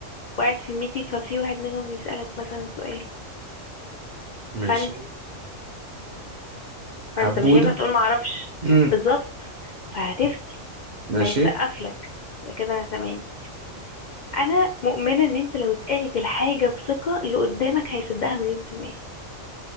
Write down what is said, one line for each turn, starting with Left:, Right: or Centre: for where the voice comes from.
Left: وقاعد في الميتنج ففي واحد منهم يسألك مثلا سؤال
Right: ماشي
Left: فانت ما
Right: هبوده
Left: انت مش هينفع تقول ما اعرفش
Right: امم
Left: بالظبط فهتفتي
Right: ماشي
Left: فهيتسقف لك يبقى كده انا تمام انا مؤمنه ان انت لو اتقالت الحاجه بثقه اللي قدامك هيصدقها مليون في الميه